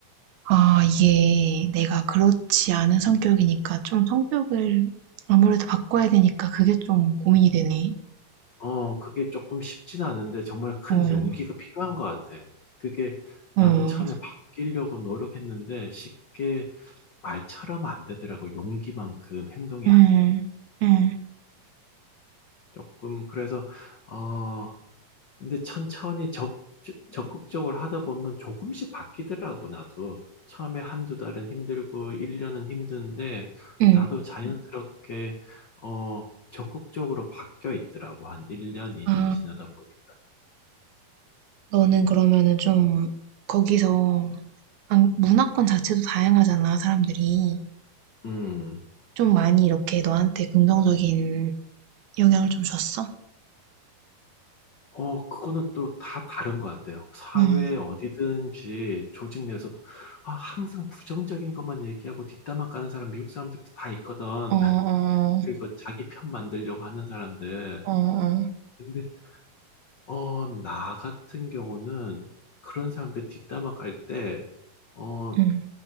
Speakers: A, on the right; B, on the left.
A: 아 이게 내가 그렇지 않은 성격이니까 좀 성격을 아무래도 바꿔야 되니까 그게 좀 고민이 되네.
B: 어, 그게 조금 쉽진 않은데 정말 큰
A: 어.
B: 용기가 필요한 것 같아. 그게
A: 어.
B: 나도 처음에 바뀌려고 노력했는데 쉽게 말처럼 안 되더라고. 용기만큼 행동이
A: 음.
B: 안 돼.
A: 음.
B: 조금, 그래서, 어, 근데 천천히 적, 적극적으로 하다 보면 조금씩 바뀌더라고, 나도. 처음에 한두 달은 힘들고, 1년은 힘든데,
A: 음.
B: 나도 자연스럽게, 어, 적극적으로 바뀌어 있더라고. 한 1년, 2년
A: 아.
B: 지나다 보니까.
A: 너는 그러면은 좀 거기서 안 문화권 자체도 다양하잖아, 사람들이.
B: 음.
A: 좀 많이 이렇게 너한테 긍정적인 영향을 좀 줬어?
B: 어, 그거는 또 다 다른 것 같아요. 사회
A: 음,
B: 어디든지 조직 내에서도, 아, 항상 부정적인 것만 얘기하고 뒷담화 까는 사람, 미국 사람들도 다 있거든.
A: 어, 어,
B: <laughs> 그리고 자기 편 만들려고 하는 사람들.
A: 어, 어,
B: 근데 어, 나 같은 경우는 그런 사람들 뒷담화 깔때 어,
A: 음,